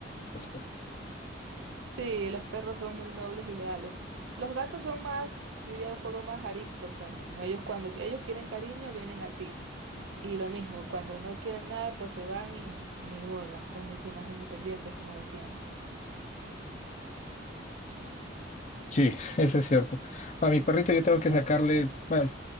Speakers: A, on the left; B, on the right.
A: gusta.
B: Sí, los perros son muy nobles y leales. Los gatos son más, diría un poco más ariscos también, ¿no? Ellos cuando que- ellos quieren cariño vienen a ti. Y lo mismo, cuando no quieren nada, pues se van y, y ni bola, son mucho más independientes, como decíamos.
A: Sí, <laughs> eso es cierto. A mi perrito yo tengo que sacarle, bueno, es-